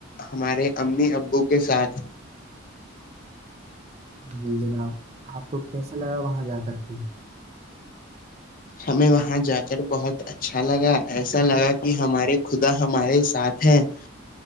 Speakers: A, on the left (about 40°); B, on the right (about 30°).
A: ہمارے امی ابو کے ساتھ
B: جی جناب آپ کو کیسا لگا وہاں جا کر کے
A: ہمیں وہاں جا کر بہت اچھا لگا ایسا لگا کہ ہمارے خدا ہمارے ساتھ ہیں چ